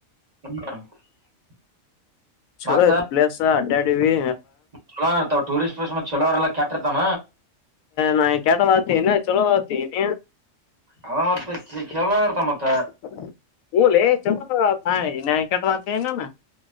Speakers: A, on the right (about 35°); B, on the left (about 80°).
A: <inaudible>
B: ಚೊಲೋ
A: ಮತ್ತ
B: ಇತ್ತ ಪ್ಲೇಸ ಅದ್ಯದಿವಿ
A: ಚಲೋ ಇರ್ತವ ಟೂರಿಸ್ಟ್ ಪ್ಲೇಸ್ ಮತ್ ಚಲೋರೆಲ್ಲ ಕ್ಯಾಟಿರ್ತವ
B: ನಾ ಕೇಟ್ಟ ವಾದತೆನ್ನ ಚಲ್ಲ ವಾದತೆೆ ನೀ
A: ಅದ ಮತ್
B: <unintelligible>
A: ಕೇಳೋ ಇರ್ತ ಮತ್ತ
B: <inaudible> ಬಲ ಜಮದ ಹಾಯ <unintelligible>